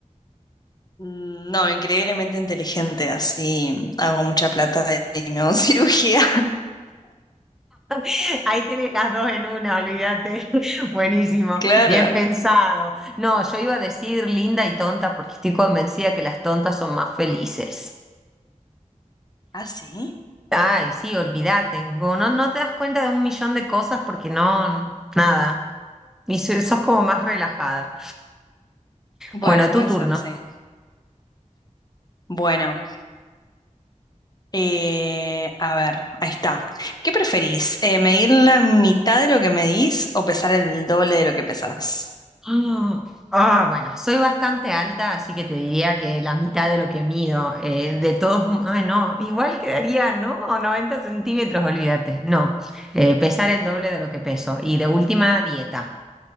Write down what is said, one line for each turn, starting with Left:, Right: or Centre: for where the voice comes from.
Left: Mm, No, increíblemente inteligente, así hago mucha plata y me hago <laughs> cirugía.
Centre: <laughs> Ahí tenés las dos en una, olvídate. <laughs> Buenísimo,
Left: Claro.
Centre: bien pensado. No, yo iba a decir linda y tonta porque estoy convencida que las tontas son más felices.
Left: ¿Ah, sí?
Centre: Ay, sí, olvídate. Como No, no te das cuenta de un millón de cosas porque no, nada. Y so- sos como más relajada.
Left: Bueno,
Centre: Bueno,
Left: puede
Centre: tu turno.
Left: ser, sí. Bueno, eh, a ver, ahí está. ¿Qué preferís? Eh, ¿medir la mitad de lo que medís o pesar el doble de lo que pesás?
Centre: Ah, ah, bueno, soy bastante alta, así que te diría que la mitad de lo que mido. eh, de todos, ah, no, igual quedaría, ¿no? O 90 centímetros, olvídate. No, eh, pesar el doble de lo que peso. Y de última, dieta.